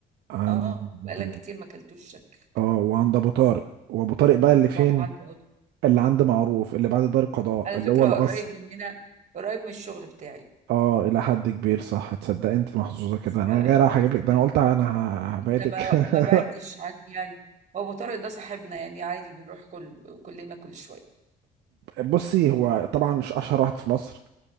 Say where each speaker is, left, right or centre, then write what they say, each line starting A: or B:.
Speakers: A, on the right; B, on the right.
A: عند
B: اه بقالك كتير ما اكلتوش شكلك
A: اه وعند ابو طارق وابو طارق بقى اللي فين
B: ما هو عنده
A: اللي عند معروف اللي بعد دار القضاء
B: على
A: اللي
B: فكرة
A: هو الاصل
B: قريب مننا قريب من الشغل بتاعي
A: اه الى حد كبير صح تصدق انت محظوظه كده انا
B: فبيس
A: جاي رايح اجيب لك ده
B: يعني
A: انا قلت انا ه- هبعدك
B: انت ما
A: <laughs>
B: ما بعدتش عني يعني هو ابو طارق ده صاحبنا يعني عادي بنروح كل كلنا كل شويه
A: بصي هو طبعا مش اشهر واحد في مصر